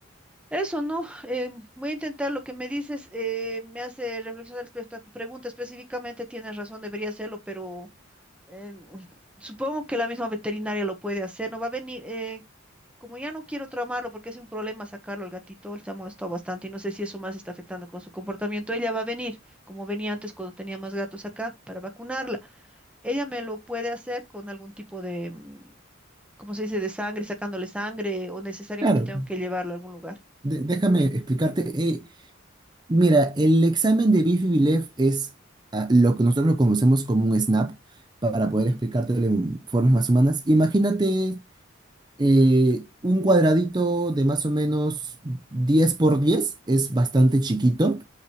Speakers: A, in the centre; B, on the right.
A: Eso, ¿no? Eh, voy a intentar lo que me dices, eh, me hace reflexionar respecto a tu pregunta específicamente, tienes razón, debería hacerlo, pero eh, <laughs> supongo que la misma veterinaria lo puede hacer, ¿no? Va a venir, eh, como ya no quiero traumarlo porque es un problema sacarlo al gatito, él se ha molestado bastante y no sé si eso más está afectando con su comportamiento, ella va a venir, como venía antes cuando tenía más gatos acá, para vacunarla. Ella me lo puede hacer con algún tipo de, mm, ¿cómo se dice?, de sangre, sacándole sangre o necesariamente
B: Claro,
A: tengo que llevarlo a algún lugar.
B: de- déjame explicarte. eh, Mira, el examen de bifi es ah, lo que nosotros lo conocemos como un SNAP, para poder explicártelo en formas más humanas. Imagínate eh, un cuadradito de más o menos 10 por 10, es bastante chiquito,